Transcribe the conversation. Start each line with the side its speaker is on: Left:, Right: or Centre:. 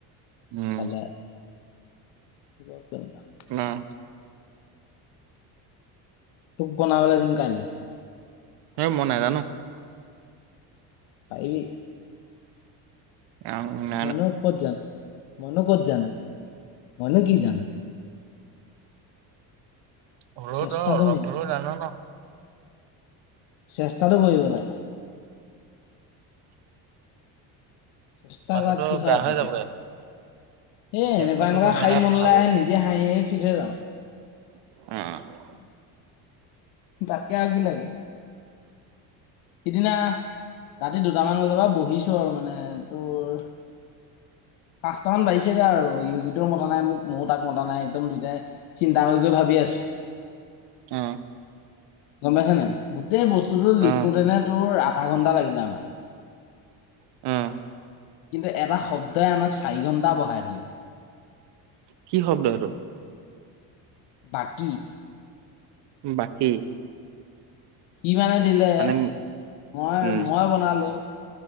Right: উম।
Left: কাইলৈ ৰাতি <unintelligible>
Right: অ'।
Left: তোক বনাবলে দিম কাইলে।
Right: হেই মই নাজানো।
Left: পৰিবি।
Right: <unintelligible>
Left: মইনো ক'ত জানো, মইনো ক'ত জানো, মই নো কি জানো।
Right: হ'লেও
Left: চেষ্টাটো
Right: তই অলপ
Left: মেইন
Right: হ'লেও জান ন
Left: চেষ্টাটো কৰিব লাগে। চেষ্টা
Right: মাথাটো
Left: কৰাত কিহৰ
Right: বেয়া
Left: আপত্তি।
Right: হৈ যাবগে
Left: এ
Right: চেষ্টাটো
Left: এনেুৱা এনেকুৱা
Right: কৰিম
Left: শাৰী
Right: নাই
Left: মনলে
Right: ভাবো
Left: আহে নিজে হাঁহি হাঁহি ফিট থৈ যাওঁ।
Right: অ'।
Left: তাতকে আৰু কি লাগে। সিদিনা ৰাতি দুটামান বজাৰ পৰা বহিছো আৰু মানে তোৰ পাঁচটা মান বাজিছেগৈ আৰু ইউ জিটো মতা নাই মোক ময়ো তাক মতা নাই একদম দুইটাই চিন্তা কৰি কৰি ভাবি আছো।
Right: অ'।
Left: গম পাইছনে নাই, গোটেই বস্তুটো লিখোতেনে
Right: অ
Left: তোৰ আধা ঘন্টা লাগিলে আমাৰ।
Right: অ'।
Left: কিন্তু এটা শব্দই আমাক চাৰি ঘণ্টা বঢ়াই দিলে।
Right: কি শব্দ হেইটো?
Left: বাকী।
Right: বাকী?
Left: সি মানে দিলে,
Right: মানে
Left: মই
Right: উম
Left: মই বনালো,